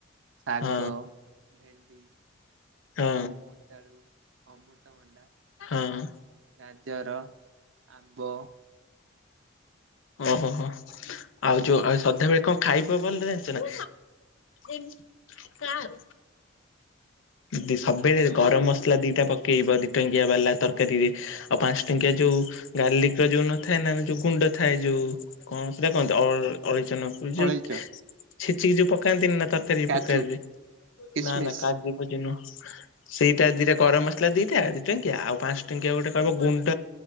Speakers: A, on the right; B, on the left.
A: ଶାଗ
B: ହଁ
A: ଭେଣ୍ଡି
B: ହଁ
A: ବୋଇତାଳୁ, ଅମୃତଭଣ୍ଡା,
B: ହଁ
A: ଗାଜର ଆମ୍ବ
B: ଓ ହୋ ହୋ ଆଉ ଯୋଉ ଆଉ ସଧାବେେଳେ କଣ ଖାଇବ ଭଲ ଟା ଜାଣିଚ ନା? ଏମ୍ କାର ଦି ସବୁବେଳେ ଗରମ ମସଲା ଦିଟା ପକେଇବ। ଦି ଟଙ୍କିଆ ବାଲା ତରକାରୀରେ। ଆଉ ପାନ୍ସ ଟଙ୍କିଆ ଯୋଉ ଗାର୍ଲିକ ର ଯୋଉ ନଥାଏ ନା ଆମେ ଯୋଉ ଗୁଣ୍ଡ ଥାଏ ଯୋଉ କଣ ସେଟା କହନ୍ତି ଅ, ଅଳେଇଚ ନା କି ଯେଟ
A: ଅଳେଇଚ
B: ଛେଚିକି ଯୋଉ ପକାନ୍ତିନ ନା ତରକାରୀ
A: କାଜୁ
B: ପକାନ୍ତି
A: କିସମିସ୍
B: ନା ନା କାଜୁ ଫାଜୁ ନୁହଁ। ସେଇ ଟା ଦିଟା ଗରମ ମସଲା ଦିଟା ଦି ଟଙ୍କିଆ। ଆଉ ପାନ୍ସ ଟଙ୍କିଆ ଗୋଟେ କହିବ ଗୁଣ୍ଡ